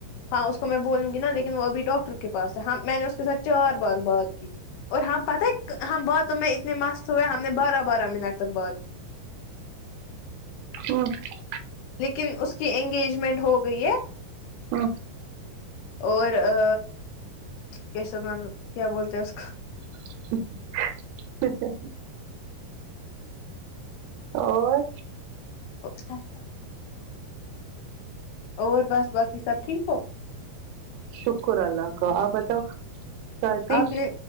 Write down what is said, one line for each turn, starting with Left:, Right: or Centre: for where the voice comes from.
Left: ہاں اس کو میں بولوں گی نہ لیکن وہ ابھی ڈاکٹر کے پاس ہے ہاں میں نے اس کے ساتھ چار بار بات کی اور ہم پتہ ہے ہم باتوں میں اتنے مست ہوئے ہم نے بارہ بارہ منٹ تک بات
Right: <unintelligible>
Left: لیکن اس کی انگیجمنٹ ہو گئی ہے
Right: ہوں
Left: اور آ کیسے کیا بولتے ہیں اس کا
Right: <inaudible> اچھا اور
Left: <unintelligible> اور بس باقی سب ٹھیک ہو
Right: شکر اللہ کا آپ بتاؤ چائے پی
Left: آپ نے